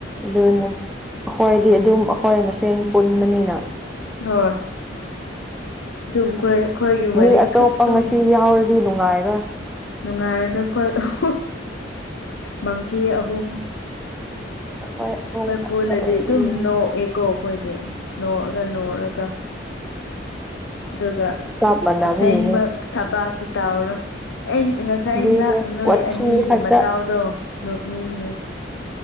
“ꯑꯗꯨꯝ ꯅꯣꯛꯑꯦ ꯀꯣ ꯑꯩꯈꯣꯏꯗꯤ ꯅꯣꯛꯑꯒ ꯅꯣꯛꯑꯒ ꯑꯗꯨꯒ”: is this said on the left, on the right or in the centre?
Left